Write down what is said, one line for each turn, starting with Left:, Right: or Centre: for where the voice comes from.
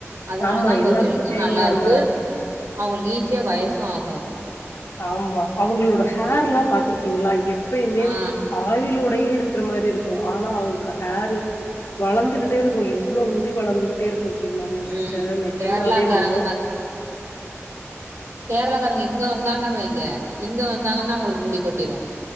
Right: அதனாலதா
Left: ஆமா
Right: அவுங்க
Left: எல்லாத்துக்கு
Right: ஹெல்த்தும்
Left: தேங்கா
Right: நல்லாருக்கு
Left: எண்ணெ
Right: அவுங்களுகு ஈஸியா வயசு ஆகாது
Left: ஆமா அவுங்களோட ஹேர்லாப்
Right: ம்
Left: பாத்துருக்கீங்ளா எப் ப்பயுமேம்
Right: ஆ
Left: ஆயிலோடையே இருக்கிற மாரி இருக் கு ஆனா அவுங்களோட ஹேரு வளந்துகிட்டே இருகு எவ்ளோ முடி வளந்துகிட்டேருக் கு தெரியுமாங்க சிஸ்டர்
Right: ம்
Left: நெஜமாவேமு
Right: கேரளாக்காரங்க கேரளாகாரங்க இங்க வந்தாங்கன் வைங்க இங்க வந்தாங்கன்னா அவுங்களுக்கு முடி கொட்டிரு